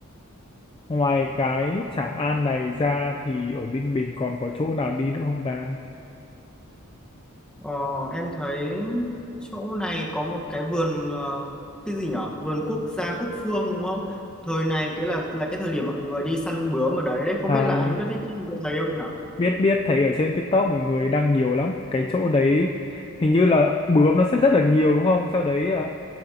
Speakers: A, on the left (about 25°); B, in the centre.
A: ngoài cái Tràng An này ra thì ở Ninh Bình còn có chỗ nào đi nữa không ta
B: Ờ, em thấy chỗ này có một cái vườn ờ, cái gì nhở vườn quốc gia Cúc Phương đúng không? Thời này cái là là cái thời điểm mọi người đi săn bướm ở đấy đấy, không
A: à
B: biết là anh biết cái gì có thấy không nhở?
A: biết biết thấy ở trên TikTok mọi người đăng nhiều lắm cái chỗ đấy hình như là bướm nó sẽ rất là nhiều đúng không sau đấy ờ,